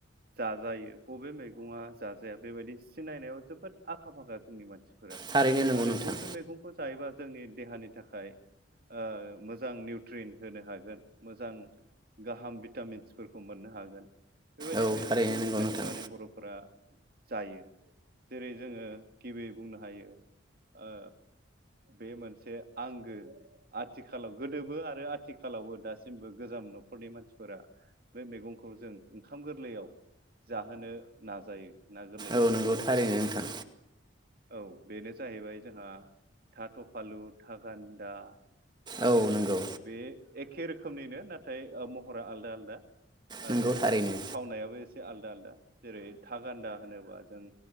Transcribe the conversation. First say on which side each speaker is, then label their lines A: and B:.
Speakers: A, on the right; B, on the right.
A: जाजायो? बबे मैगङा जाजाया बेबायदि सिनायनायाव जोबोद आखा फाखा जोंनि मानसि फोर
B: थारैनो नंगौ
A: आरो
B: नोंथां
A: बबे मैगंखौ जायोबा जोंनि देहानि थाखाय ओ मोजां निउट्रिन होनो हागोन मोजां गाहाम भिटामिन्सफोरखौ मोननो हागोन। बेबायदि
B: औ
A: मैगंखौ
B: थारैनो नंगौ
A: सायख'नानै
B: नोंथां
A: बर'फोरा जायो जेरै जोङो गिबि बुंनो हायो ओ बे मोनसे आंगो आथिखालाव गोदोबो आरो आथिखालावबो दासिमबो गोजाम नखरनि मानसि फोर बे मैगंखौ जों ओंखाम गोरलैयाव जाहोनो नाजायो। ना गोरलैजों
B: औ नोंगौ थारैनो नोंथां।
A: औ बेनो जाहैबाय जोंहा थाथफालु थागान्दा। आरो
B: औ नंगौ
A: बे एख खे रोखोमनिनो नाथाय ओ म हरा आलदा आलदा
B: नंगौ
A: आरो
B: थारैनो
A: थावनायाबो एस आलदा आलदा जेरै था गान्दा होनोबा जों